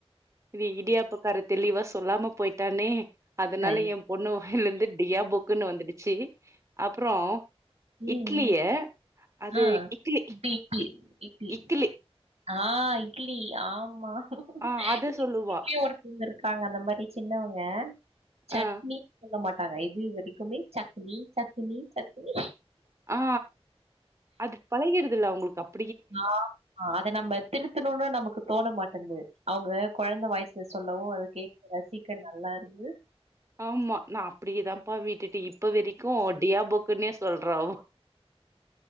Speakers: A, on the right (about 30°); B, on the right (about 85°).
A: இது இடியாப்பக்கார தெளிவா சொல்லாம போயிட்டானே அதனால
B: ஐ
A: எ பொண்ணு வாய்லருந்து டியாபுக் குனு வந்துடுச்சி அப்புறோ
B: ம்.
A: இட்லிய அது
B: ஆ.
A: இக்லி
B: இட்லி, இட்லி,
A: இ
B: இட்லி.
A: இக்கிலி
B: ஆ இட்லி ஆமா
A: ஆ அது சொல்லுவா
B: எங்க <unintelligible> இருக்காங்க அந்த மாரி சின்னவங்க சட்னி
A: ஆ
B: சொல்ல மாட்டாங்க இது வரைக்குமே சக்னி சக்னி சக்னி
A: ஆ அது பழகிறுதுல அவங்ளுக்கு அப்
B: ஆ அத நம்ப திருத்தணுனு நமக்கு தோண மாட்டுன்து அவங்க கொழந்த வாய்ஸ் இது சொல்லவு அது கேக்க ரசிக்க நல்லா இருக்கு
A: ஆமா நா அப்டியேதாப்பா விட்டுட்டு இப்ப வெரிக்கு டியாபுக்குன்னே சொல்றா அவோ